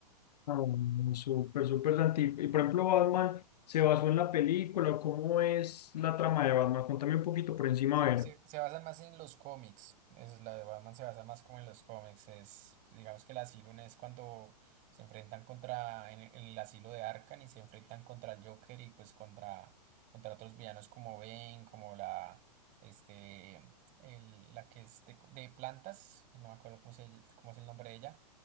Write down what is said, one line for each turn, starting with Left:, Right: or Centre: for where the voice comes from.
Left: Ah, bueno, súper, súper Santi. Y por ejemplo, Batman, ¿se basó en la película? ¿Cómo es la trama de Batman? Contame un poquito por encima,
Right: Se,
Left: a
Right: se-
Left: ver.
Right: se basan más en los cómics. Es, la de Batman se basa más como en los cómics. Es, digamos que el asilo no es cuando se enfrentan contra, en, el en el asilo de Arkham y se enfrentan contra el Joker y pues contra, contra otros villanos como Bane, como la, este, el- la que es de, de plantas, no me acuerdo cómo se, cómo es el nombre de ella.